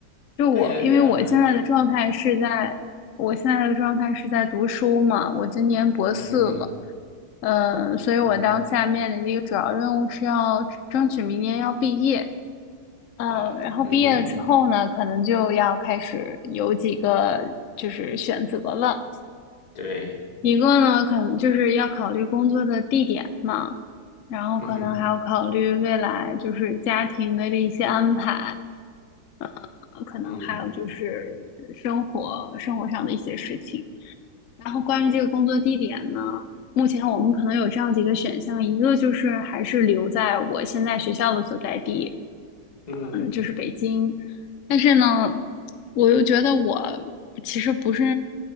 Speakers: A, on the left; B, on the left.
A: 就我，
B: 可以啊，
A: 因为我现在的状态是在，
B: 可以啊，没问题啊。
A: 我现在的状态是在读书嘛，我今年博四了，
B: 嗯哼哼，
A: 嗯，所以我当下面临的一个主要任务是要争取明年要毕业，
B: 嗯，
A: 嗯，
B: 好的，
A: 然后毕业了之后呢，
B: 嗯哼，
A: 可能就要开始有几个就是选择了，
B: 对，
A: 一个呢，可能就是要考虑工作的地点嘛，然后可能还要考虑未来就是家庭的这一些安排。
B: 嗯哼，
A: 嗯，可能还有就是生活生活上的一些事情。
B: 嗯，
A: 然后关于这个工作地点呢，目前我们可能有这样几个选项，一个就是还是留在我现在学校的所在地，
B: 嗯哼哼，
A: 嗯，就是北京。但是呢，我又觉得我其实不是